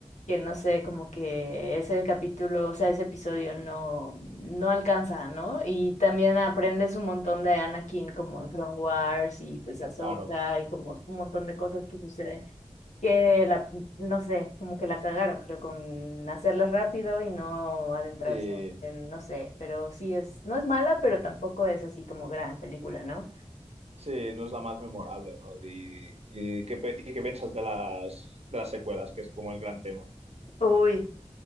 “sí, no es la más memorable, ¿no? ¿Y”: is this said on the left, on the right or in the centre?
Right